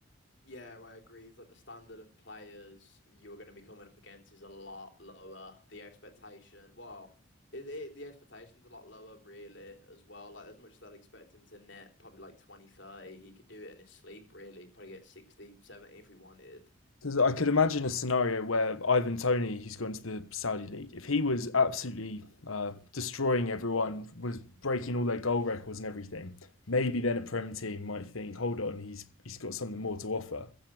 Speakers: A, on the left; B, on the left.
A: Yeah, I agree. It's like the standard of players you're going to be coming up against is a lot lower. The expectation, well, it, it, the expectation's a lot lower, really, as well. Like, as much as I'd expect him to net probably like 20, 30, he could do it in his sleep, really. Probably get 60, 70 if he wanted.
B: Because I could imagine a scenario where Ivan Tony, who's gone to the Saudi League, if he was absolutely uh, destroying everyone, was breaking all their goal records and everything, maybe then a Prem team might think, hold on, he's he's got something more to offer.